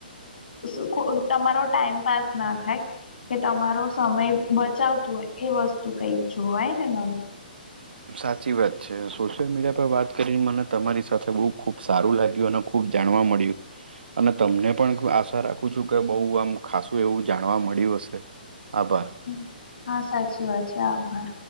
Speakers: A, on the left (about 65°); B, on the right (about 70°).
A: <unintelligible> તમારો ટાઈમ પાાસ ના થાય. કે તમારો સમય બચાવતું હોય એ વસ્તુ કંઈક જોવાય ને નવી
B: સાચી વાત છે, સોશિયલ મીડિયા પર વાત કરીને, મને તમારી સાથે બહુ ખુબ સારું લાગ્યું, અને ખુબ જાણવા મળ્યું. અને તમને પણ આશા રાખું છું કે, બહુ આમ ખાસું એવું જાણવા મળ્યું હશે. આભાર.
A: <unintelligible> હા, સાચી વાત છે, આભાર.